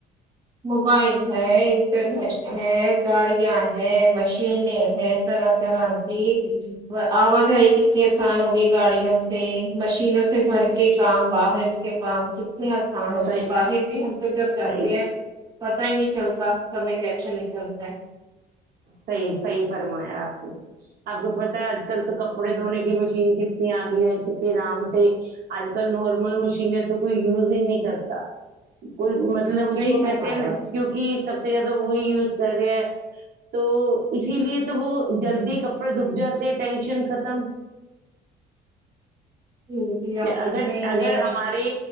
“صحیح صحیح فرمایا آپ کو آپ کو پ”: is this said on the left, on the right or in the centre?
Right